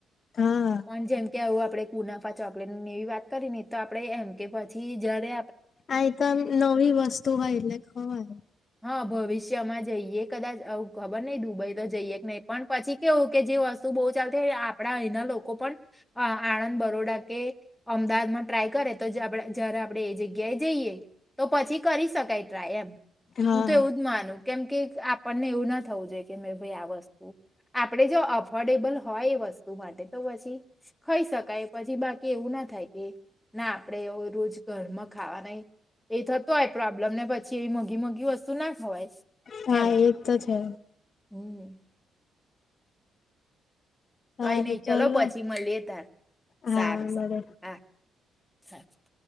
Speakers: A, on the left; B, in the centre.
A: હા
B: પણ જેમ કે આવું આપડે કુનાફા ચોકલેટ, એવી વાત કરી ને, તો આપડે એમ કે, પછી જયારે
A: આ તો નવી વસ્તુ હોય, એટલે ખવાય.
B: હા, ભવિષ્યમાં જોઈએ, કદાચ. ખબર નહીં, દુબઈ તો જઈએ કે નહીં. પણ પછી કેવું કે, જે વસ્તુ બહુ ચાલતી, આપડા અહીના લોકો. લોકો પણ આણંદ, બરોડા કે અમદાવાદમાં ટ્રાય કરે, તો જ્યારે આપણે એ જગ્યાએ જઈએ, તો પછી કરી શકાય ટ્રાય, એમ. હું
A: હા.
B: તો એવું જ માનું. કેમ કે, આપણને એવું ના થવું જોઈએ કે, ભાઈ, આ વસ્તુ આપણે જો અફોર્ડેબલ હોય, એ વસ્તુ માટે. તો પછી ખાઈ શકાય, પછી બાકી એવું ના થાય કે, ના, આપડે રોજ. ઘર માં ખાવા ન એ થતો હોય પ્રોબ્લેમ ને, પછી. જેવી મોઘી મોઘી વસ્તુ ના ખવાય.
A: હા,
B: એમ
A: એજ તો છે.
B: હમ.
A: સારું
B: કઈ નહીં. ચાલો,
A: ચલો
B: પછી મળીએ. તો
A: હા
B: સારું,
A: મળે.
B: સારું. હા. સારું